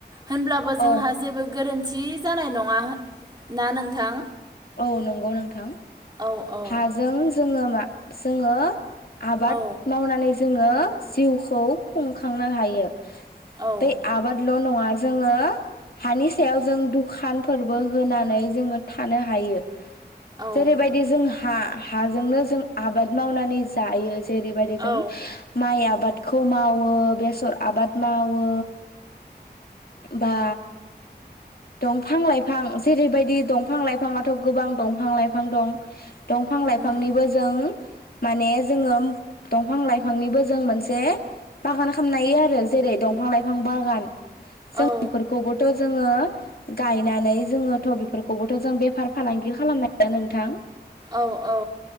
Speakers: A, on the right; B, on the left.
A: होनब्लाबो
B: अ
A: जोंहा जेबो गोरोन थि जानाय नङा ना नोंथां?
B: औ नंगौ नोंथां
A: औ औ
B: हाजों जोङो <unintelligible> जोङो आबाद
A: औ
B: मावनानै जोङो जिउखौ खुंखांनो हायो।
A: औ
B: बे आबाद ल' नंआ जोङो हानि सायाव जों दुखानफोरबो होनानै जोङो थानो हा यो।
A: औ
B: जेरैबायदि जोंहा हाजोंनो जों आबाद मावनानै जायो। जेरैबायदि जों
A: औ
B: माइ आबाद खौ मावो बेसर आबाद मावो बा दंफां लाइफां जेरैबायदि दंफां लाइ फाङाथ' गोबां दंफां लाइफां दं दंफां लाइफांनिबो
A: उम
B: जों माने जोङो दंफां लाइफांनिबो जों मोनसे बागान खालामनोहायो आरो जेरै दंफां लाइफां बागान। जों
A: औ
B: बेफोरखौबोथ जोङो गायनानै जोङो थ' बेफोरखौबोथ' जों बे फार फालांगि खालामनो हायो नोंथां?
A: औ औ।